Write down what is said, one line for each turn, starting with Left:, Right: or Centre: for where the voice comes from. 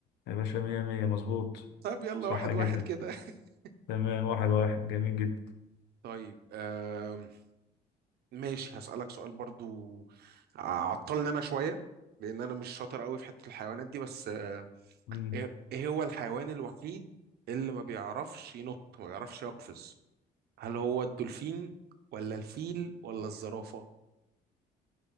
Left: يا باشا مية مية مظبوط
Right: طيب يلا
Left: صح
Right: واحد
Left: جدا
Right: واحد كده <laughs>
Left: تمام واحد واحد جميل جدا
Right: طيب آم، ماشي هسألك سؤال برضو عطلني انا شوية لان انا مش شاطر قوي في حتة الحيوانات دي بس آه،
Left: مم.
Right: ايه إيه هو الحيوان الوحيد اللي ما بيعرفش ينط ما بيعرفش يقفز هل هو الدولفين ولا الفيل ولا الزرافة